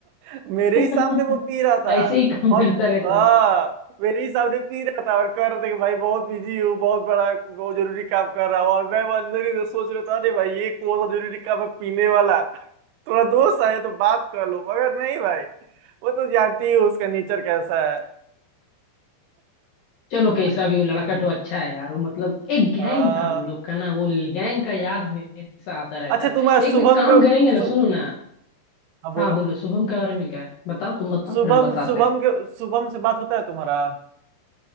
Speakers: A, on the right (about 85°); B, on the left (about 70°).
A: <laughs>
B: हो।
A: मेरे ही सामने वो पी रहा था
B: ऐसे ही काम
A: और
B: करता रहता
A: हाँ
B: हो
A: मेरे ही सामने पी रहा था और कह रहा था कि भाई बहुत बिजी हूँ बहुत बड़ा बहुत जरूरी काम कर रहा हूँ और मैं अंदर ही तो सोच रहा था अरे भाई ये कौन सा जरूरी काम है पीने वाला <laughs> थोड़ा दोस्त आया तो बात कर लो मगर नहीं भाई वो तो जानती ही हो उसका नेचर कैसा है
B: चलो कैसा
A: <laughs>
B: भी वो लड़का तो अच्छा है यार वो मतलब एक गैंग
A: हाँ
B: था हम लोग का ना वो गैंग का याद हमेशा आता रहता
A: अच्छा
B: है
A: तुम्हारा
B: एक
A: शुभम
B: एक काम
A: को
B: करेंगे
A: सु,
B: ना सुनो ना
A: हाँ बोलो
B: हाँ बोलो शुभम के बारे में क्या है बताओ तुम बताओ
A: शुभम
B: फिर हम बताते
A: शुभम
B: हैं
A: के शुभम से बात होता है तुम्हारा